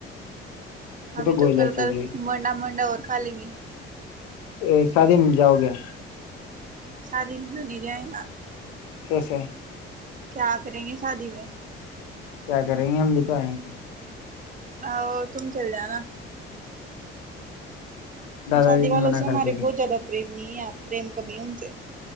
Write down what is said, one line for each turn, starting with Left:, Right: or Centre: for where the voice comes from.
Right: ابھی
Left: گولیاں
Right: تو کل
Left: چل
Right: کل
Left: رہی
Right: منڈا منڈا ہو کال گ
Left: ا شادی میں جاؤ گیا
Right: شادی میں تو نہیں جائے
Left: کیسے ہیں
Right: کیا کریں گے شادی میں
Left: کیا کریں گے ہم بھی تو آئیں گے
Right: ا تم چل جانا
Left: دادا
Right: شادی
Left: جی نے
Right: والوں
Left: منع
Right: سے
Left: کر
Right: ہمارے
Left: دے گے
Right: بہت زیادہ پریم م پرریم کمی ہون سے